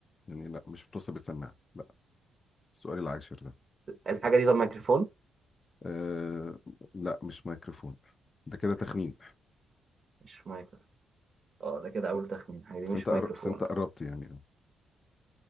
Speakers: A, on the left (about 35°); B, on the right (about 40°).
A: يعني لا مش بتوصل بسماعه لا السؤال العاشر ده
B: الحاجة دي طب ميكروفون
A: آه لا مش ميكروفون ده كده تخمين
B: مش مايكروفون اه ده كده
A: بس
B: اول تخمين الحاجة دي
A: بس
B: مش
A: انت قر-
B: مايكروفون
A: بس انت قربت يعني